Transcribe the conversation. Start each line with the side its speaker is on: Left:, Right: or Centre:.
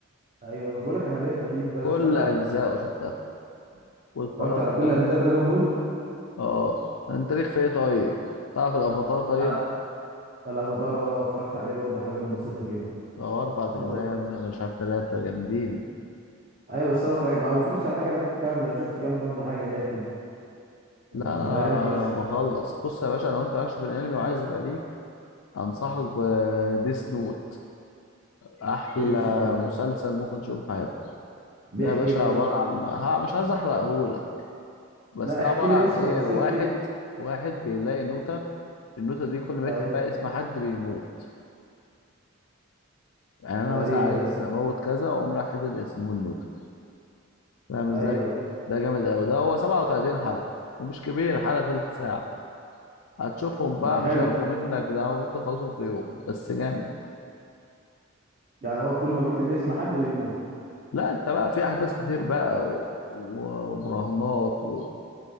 Right: ايوه مش بقولك انا ليه خفيف بس
Left: كل
Right: انا
Left: اجزائه شفتها واتفرجت
Right: اتفرجت على كل
Left: على
Right: اجزاء دراجون بول
Left: اه انت ليك في ايه طيب تعرف الافاتار طيب
Right: انا الافاتار اه اتفرجت عليه برضو حاجات بسيطه كده
Left: أو أربع أجزاء
Right: اه،
Left: يا ابني ولا مش عارف تلاتة جامدين
Right: ايوه بس انا اتفرجت ما بفرجش على حاجه انا كامله انا شفت كام برضو حاجه ليها كده انت
Left: لا أنا
Right: فاهم بس
Left: بخلص بص يا باشا لو أنت مالكش في الأنمي وعايز يبقى ليك أنصحك بديس نوت أحلى
Right: ايه دي سنود ده
Left: مسلسل ممكن تشوفه في حياتك
Right: بيحكي
Left: ده يا باشا
Right: ايه ده
Left: عبارة
Right: بقى
Left: عن ها مش عايز أحرقهولك بس
Right: لا
Left: ده
Right: احكي
Left: عبارة
Right: لي
Left: عن
Right: بس
Left: إيه
Right: تفاصيل
Left: واحد
Right: كده
Left: واحد بيلاقي نوتة النوتة دي كل ما
Right: اي
Left: يكتب فيها اسم حد بيموت يعني أنا
Right: غريبة
Left: مثلا عايز
Right: دي اه
Left: أموت كذا وأقوم رايح كاتب اسمه النوتة فاهم إزاي؟
Right: ايوه ايوه
Left: ده جامد أوي ده هو 37 حلقة ومش كبير حلقة تلت ساعة هتشوفهم بقى
Right: أم، حلو
Left: مش هياخدوا منك ده ممكن تخلصهم في يوم بس جامد
Right: يعني هو كل ما بيكتب اسم حد بيموت
Left: لا انت بقى في احداث كتير بقى و- و- ومراهنات و...